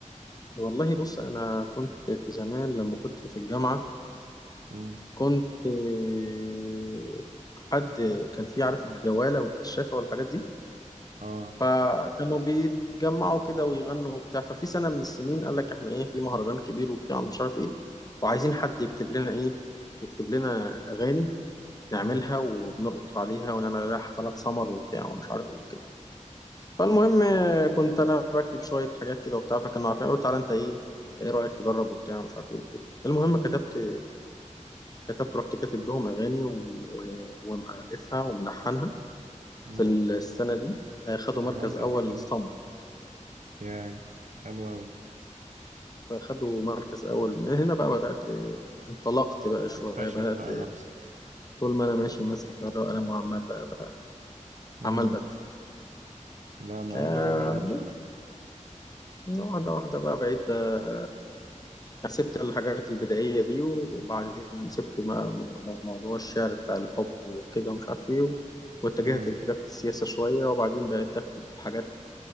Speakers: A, on the left; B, on the right.
A: والله بص انا كنت في زمان لما كنت في الجامعه
B: امم
A: كنت آه، حد كان في عارف الجواله والكشافه والحاجات دي
B: اه
A: فكانوا بيتجمعوا كده ويغنوا وبتاع ففي سنة من السنين قال لك احنا ايه في مهرجان كبير وبتاع مش عارف ايه وعايزين حد يكتب لنا ايه يكتب لنا اغاني نعملها
B: امم
A: وبنرقص عليها ونعمل عليها حفلات سمر وبتاع ومش عارف ايه وكده فالمهم آه، كنت انا بكتب شوية حاجات كده وبتاع فكانوا عارفين قالوا تعالى انت ايه ايه رأيك تجرب وبتاع مش عارف ايه وكده المهم كتبت كتبت رحت كاتب لهم اغاني و- و- ومؤلفها وملحنها
B: امم
A: في السنة دي آه، خدوا
B: كمان
A: مركز
B: تلحين
A: اول سمر
B: يعني حلو أوي
A: فخدوا مركز أول من هنا بقى بدأت انطلقت بقى شوية
B: تكتشف
A: بدأت
B: بقى نفسك
A: طول ما أنا ماشي ماسك ورقة وقلم وعمال بقى, بقى
B: امم
A: عمال بكتب
B: لا موهبة
A: آه
B: جميلة بصراحة
A: بس واحدة واحدة بقى بقيت بقى سبت الحاجات البدائية دي وبعدين سبت ما- ما- موضوع الشعر بتاع الحب وكده ومش عارف إيه واتجهت
B: امم
A: لكتابة السياسة شوية وبعدين بقيت أكتب حاجات